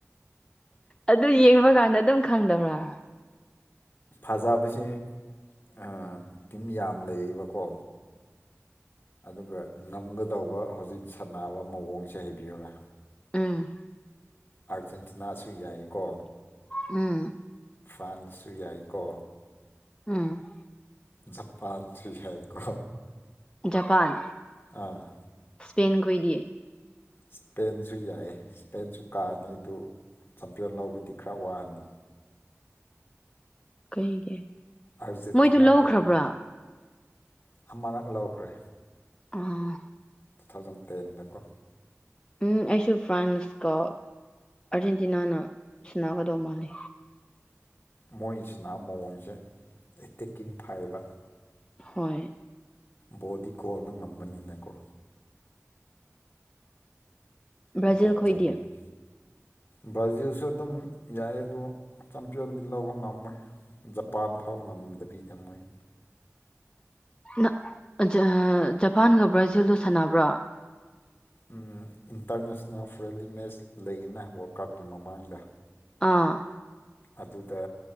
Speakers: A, on the left; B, on the left.
A: ꯑꯗꯨ ꯌꯦꯡꯕ ꯀꯥꯟꯗ ꯑꯗꯨꯝ ꯈꯪꯗꯕ꯭ꯔꯥ
B: ꯐꯖꯕꯁꯤ ꯑ ꯇꯤꯝ ꯌꯥꯝ ꯂꯩꯌꯦꯕꯀꯣ ꯑꯗꯨꯒ ꯉꯝꯒꯗꯧꯕ ꯍꯧꯖꯤꯛ ꯁꯥꯟꯅꯕ ꯃꯑꯣꯡꯁꯦ ꯍꯥꯏꯕꯤꯌꯨꯔꯥ
A: ꯎꯝ
B: ꯑꯥꯔꯖꯦꯟꯇꯤꯅꯥꯁꯨ ꯌꯥꯏꯀꯣ
A: ꯎꯝ
B: ꯐ꯭ꯔꯥꯟꯁ ꯁꯨ ꯌꯥꯏꯀꯣ
A: ꯎꯝ
B: ꯖꯄꯥꯟꯁꯨ ꯌꯥꯏ ꯀꯣ
A: ꯖꯄꯥꯟ
B: ꯑꯥ
A: ꯁ꯭ꯄꯦꯟ ꯈꯣꯏꯗꯤ
B: ꯁꯄꯦꯟꯁꯨ ꯌꯥꯏ ꯁꯄꯦꯟꯁꯨ ꯀꯥꯅꯤ ꯑꯗꯨ ꯆꯝꯄꯤꯌꯟ ꯂꯧꯕꯗꯤ ꯈꯔ ꯋꯥꯅꯤ
A: ꯀꯩꯒꯦ
B: ꯑꯥꯔꯖꯦꯟꯇꯤꯅꯥꯒ
A: ꯃꯣꯏꯗꯨ ꯂꯧꯈ꯭ꯔꯕ꯭ꯔꯥ
B: ꯑꯃꯔꯛ ꯂꯧꯈ꯭ꯔꯦ
A: ꯑꯥ
B: ꯇꯨ ꯊꯥꯎꯖꯟ ꯇꯦꯟꯗꯀꯣ
A: ꯎꯝ ꯑꯩꯁꯨ ꯐ꯭ꯔꯥꯟꯁ ꯀ ꯑꯥꯔꯖꯦꯟꯇꯤꯅꯥꯅ ꯁꯅꯥꯒꯗꯧ ꯃꯥꯜꯂꯤ
B: ꯃꯣꯏꯁꯤꯅꯥ ꯃꯑꯣꯡꯁꯦ ꯑꯦ ꯇꯦꯛꯀꯤꯡ ꯐꯥꯏꯕ
A: ꯍꯣꯏ
B: ꯕꯣꯗꯤ ꯀꯣꯜꯅ ꯉꯝꯕꯅꯤꯅꯀꯣ
A: ꯕ꯭ꯔꯥꯖꯤꯜ
B: ꯒꯣꯜ
A: ꯈꯣꯏꯗꯤ
B: ꯆꯟꯕꯅꯤ ꯕ꯭ꯔꯥꯖꯤꯜꯁꯨ ꯑꯗꯨꯝ ꯌꯥꯏ ꯑꯗꯣ ꯆꯝꯄꯤꯌꯟꯗꯤ ꯂꯧꯕ ꯉꯝꯃꯣꯏ ꯖꯄꯥꯟ ꯐꯥꯎ ꯉꯝꯗꯕꯤꯗꯃꯣꯏ
A: ꯅ ꯑ ꯖ- ꯖꯄꯥꯟꯒ ꯕ꯭ꯔꯥꯖꯤꯜꯗꯣ ꯁꯥꯟꯅꯕ꯭ꯔꯥ
B: ꯎꯝ ꯏꯟꯇꯔꯅꯦꯁꯅꯦꯜ ꯐ꯭ꯔꯦꯟꯂꯤ ꯃꯦꯠꯁ ꯂꯩꯌꯦꯅ ꯋꯥꯔꯜ ꯀꯞꯀꯤ ꯃꯃꯥꯡꯗ
A: ꯑꯥ
B: ꯑꯗꯨꯗ